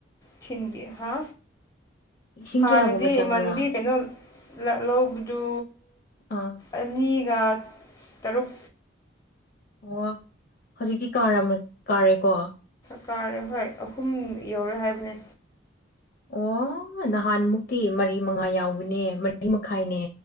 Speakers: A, on the left; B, on the left.
A: ꯊꯤꯟꯕꯤ ꯍꯥ
B: ꯂꯤꯁꯤꯡ
A: ꯍꯥꯟꯅꯗꯤ
B: ꯀꯌꯥꯒꯨꯝꯕ ꯆꯪꯕ꯭ꯔꯥ
A: ꯏꯃꯥꯟꯅꯕꯤ ꯀꯩꯅꯣ ꯂ ꯂꯧꯕꯗꯨ
B: ꯑꯥ
A: ꯑꯅꯤꯒ ꯇꯔꯨꯛ
B: ꯑꯣ ꯍꯧꯖꯤꯛꯇꯤ ꯀꯥꯔ ꯀꯥꯔꯦꯀꯣ
A: ꯀꯥꯔꯦ ꯍꯣꯏ ꯑꯍꯨꯝ ꯌꯧꯔꯦ ꯍꯥꯏꯕꯅꯦ
B: ꯑꯣ ꯅꯍꯥꯟ ꯃꯨꯛꯇꯤ ꯃꯔꯤ ꯃꯉꯥ ꯌꯥꯎꯕꯅꯦ ꯃꯔꯤ ꯃꯈꯥꯏꯅꯦ